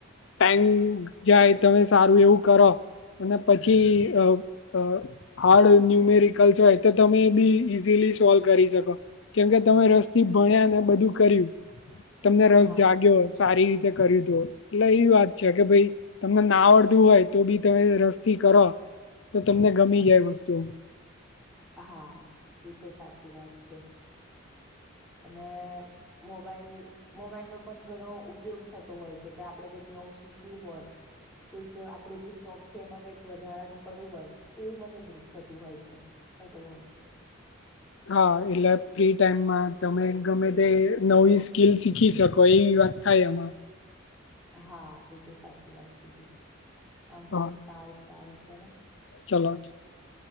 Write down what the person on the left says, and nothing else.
ટાઈ જાય તમે સારું એવું કરો અને પછી- - હાર્ડ ન્યુમેરિકલ્સ હોય તો તમે એ બી ઈઝીલી સોલ્વ કરી શકો. કેમકે તમે રસ્થી ભણ્યા ને બધું કર્યું? તમને રસ
જાગ્યો સારી રીતે કર્યું હતું. એટલે એવી વાત છે કે ભાઈ તમને ના આવડતું હોય તો બી તમે રસથી કરો. તો તમને ગમી જાય વસ્તુ- -
હા એટલે ફ્રી ટાઈમમાં તમે ગમે તે નવી સ્કીલ શીખી શકો એવી વાત- - થાય એમાં- -
હા
ચલો અ- -